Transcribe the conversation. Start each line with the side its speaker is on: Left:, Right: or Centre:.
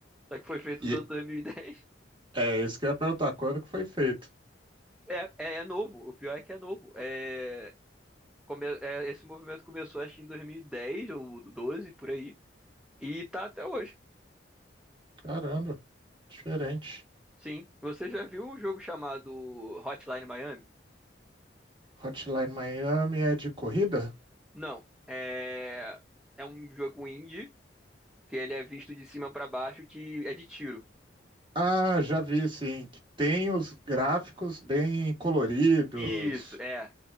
Centre: Só que foi feito
Right: e
Centre: nos anos 2010.
Right: é isso que eu ia perguntar, quando que foi feito?
Centre: É, é, é novo. O pior é que é novo. É, come- é, esse movimento começou, acho, que em 2010 ou 12 por aí. E tá até hoje.
Right: Caramba, diferente.
Centre: Sim. Você já viu um jogo chamado Hotline Miami?
Right: Hotline Miami é de corrida?
Centre: Não. É, é um jogo indie, que ele é visto de cima pra baixo, que é de tiro.
Right: Ah, já vi sim. que Tem os gráficos bem coloridos.
Centre: Isso, é.